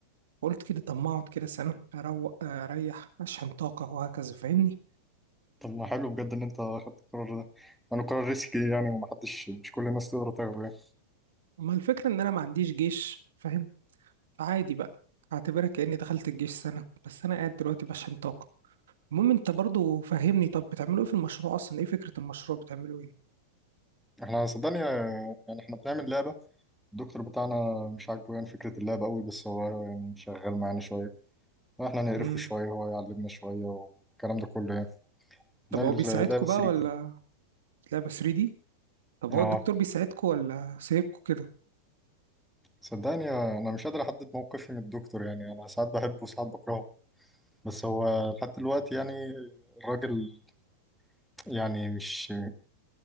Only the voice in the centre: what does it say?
طب ما حلو بجد ان انت خدت القرار ده انا قرار ريسكي يعني وما حدش مش كل الناس تقدر تاخده يعني
احنا صدقني آه، يعني احنا بنعمل لعبه الدكتور بتاعنا مش عاجبه يعني فكره اللعبه قوي بس هو يعني شغال معانا شويه احنا نقرفه
شويه هو يعلمنا شويه والكلام ده كله يعني بنعمل
لعبه 3
دي
اه
صدقني آه، انا مش قادر احدد موقفي من الدكتور يعني انا ساعات بحبه وساعات بكرهه بس هو لحد دلوقتي يعني الراجل يعني مش